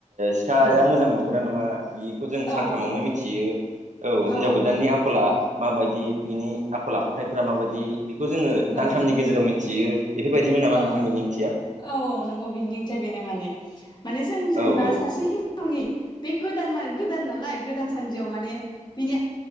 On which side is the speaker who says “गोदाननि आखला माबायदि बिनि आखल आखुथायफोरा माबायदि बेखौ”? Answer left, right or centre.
Right